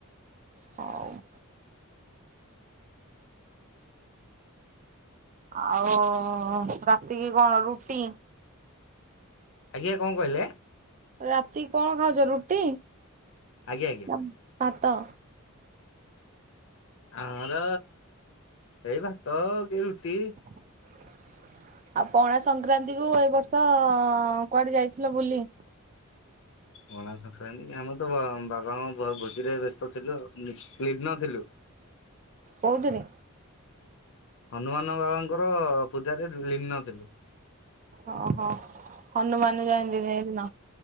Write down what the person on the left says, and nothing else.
ଆଜ୍ଞା କଣ କହିଲେ?
ଆଜ୍ଞା ଆଜ୍ଞା।
ଆମର ଏଇ ଭାତ ହଉ କି ରୁଟି।
ପଣା ସଂକ୍ରାନ୍ତି ଆମେ ତ <unintelligible> ଭୋଜିରେ ବ୍ୟସ୍ତ ଥିଲୁ ଲୀନ ଥିଲୁ।
ହନୁମାନ ବାବାଙ୍କର ପୂଜାରେ ଲୀନ ଥିଲୁ।